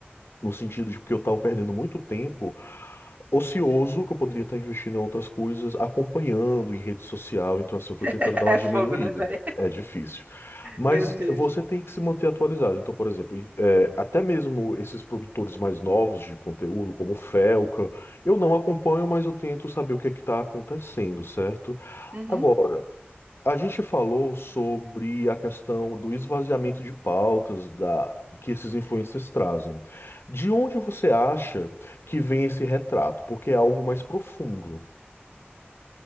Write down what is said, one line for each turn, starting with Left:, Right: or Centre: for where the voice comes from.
Left: No sentido de que eu estava perdendo muito tempo ocioso, que eu poderia estar investindo em outras coisas, acompanhando em rede social. Então, assim, eu estou tentando
Right: <laughs>
Left: dar
Right: É
Left: uma diminuída.
Right: fogo, né, velho?
Left: É difícil. Mas
Right: Meu Deus.
Left: você tem que se manter atualizado. Então, por exemplo, e- é, até mesmo esses produtores mais novos de conteúdo, como o Felca, eu não acompanho, mas eu tento saber o que é que está acontecendo, certo?
Right: Uhum.
Left: Agora. A gente falou sobre a questão do esvaziamento de pautas da, que esses influencers trazem. De onde você acha que vem esse retrato? Porque é algo mais profundo.